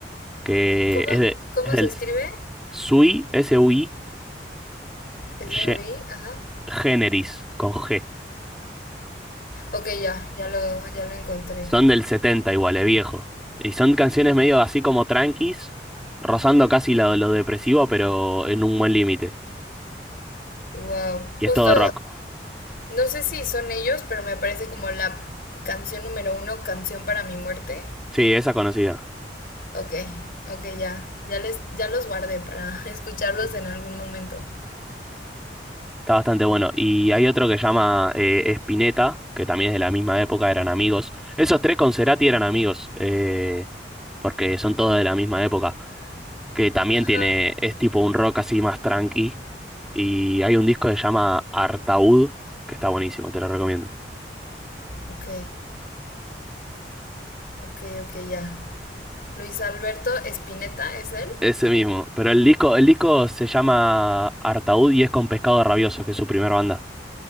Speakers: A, in the centre; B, on the left.
A: que
B: ¿cómo,
A: es, de,
B: cómo
A: es del
B: se escribe?
A: Sui, S-U-I,
B: S-O-I,
A: Ge-
B: ajá.
A: Generis, con G.
B: Ok, ya, ya lo, ya lo encontré.
A: Son del 70 igual, es viejo. Y son canciones medio así como tranquis, rozando casi lo, lo depresivo, pero en un buen límite.
B: Wow,
A: Y
B: justo
A: es todo rock.
B: No sé si son ellos, pero me aparece como la canción número uno, canción para mi muerte.
A: Sí, esa es conocida.
B: Ok, ok, ya. Ya, les, ya los guardé para <laughs> escucharlos en algún momento.
A: Está bastante bueno. Y hay otro que llama eh, Spinetta, que también es de la misma época, eran amigos. Esos tres con Cerati eran amigos, eh, porque son todos de la misma época. Que también
B: Ajá.
A: tiene, es tipo un rock así más tranqui. Y hay un disco que se llama Artaud, que está buenísimo, te lo recomiendo.
B: Ok, ok, ok, ya. Luis Alberto Spinetta ¿es él?
A: Ese mismo. Pero el disco, el disco se llama Artaud y es con Pescado Rabioso, que es su primera banda.